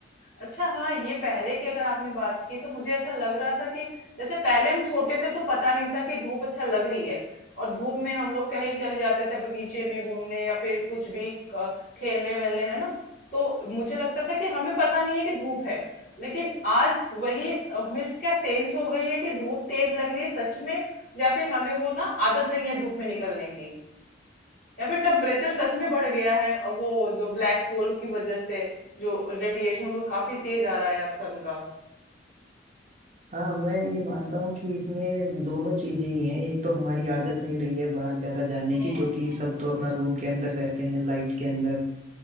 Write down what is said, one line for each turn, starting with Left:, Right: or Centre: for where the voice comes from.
Left: अच्छा हाँ ये पहले की अगर आपने बात की तो मुझे ऐसा लग रहा था कि जैसे पहले हम छोटे थे तो पता नहीं था कि धूप अच्छा लग रही है और धूप में हम लोग कहीं चले जाते थे बगीचे में घूमने या फिर कुछ भी क- खेलने वेलने है ना तो मुझे लगता था कि हमें पता नहीं है कि धूप है लेकिन आज वही हमें क्या सेंस हो गई है कि धूप तेज लग रही है सच में या फिर हमें वो ना आदत नहीं है धूप में निकलने की या फिर टेम्परेचर सच में बढ़ गया है और वो जो ब्लैक होल की वजह से जो रेडिएशन वो काफी तेज आ रहा है अब सन का
Right: हाँ मैं ये मानता हूँ कि इसमें दोनों चीजें ही हैं एक तो हमारी आदत नहीं रही है बाहर ज्यादा जाने
Left: हम्म
Right: की क्योंकि
Left: हम्म।
Right: सब तो अपना रूम के अंदर रहते हैं लाइट के अंदर